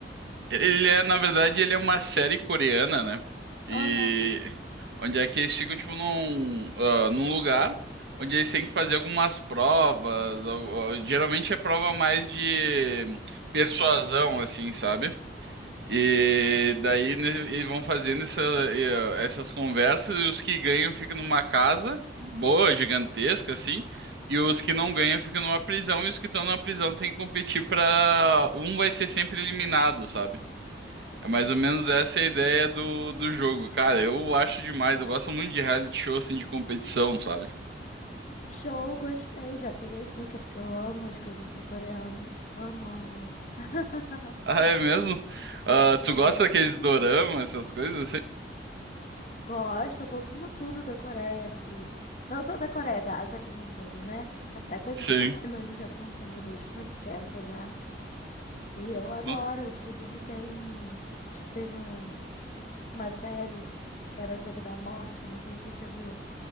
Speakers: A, on the right (about 70°); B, on the left (about 45°).
A: Ele é, na verdade, ele é uma série coreana, né?
B: Aham.
A: E onde é que eles ficam, tipo, num, ah, num lugar onde eles têm que fazer algumas provas. al- al- geralmente é prova mais de persuasão, assim, sabe? E daí né, eles vão fazendo essa- eh, essas conversas e os que ganham ficam numa casa boa, gigantesca, assim. E os que não ganham ficam numa prisão, e os que estão na prisão têm que competir pra. um vai ser sempre eliminado, sabe? É
B: Hum.
A: mais ou menos essa a ideia do, do jogo. Cara, eu acho demais. Eu gosto muito de reality show, assim, de competição, sabe?
B: Show, gostei. Já peguei a dica, porque eu amo as coisas sul-coreanas. Amo, amo, amo. <laughs>
A: Ah, é mesmo?
B: Com
A: Ah,
B: certeza.
A: tu gosta daqueles doramas, essas coisas assim?
B: Gosto, eu consumo tudo da Coreia, assim. Não só da Coreia, da Ásia como um todo, né? Até coisas
A: Sim.
B: da Tailândia eu consumo desde muito tempo já. E eu adoro.
A: N-
B: Inclusive, tem. Teve um... uma série que era o Jogo da Morte, não sei se você já viu.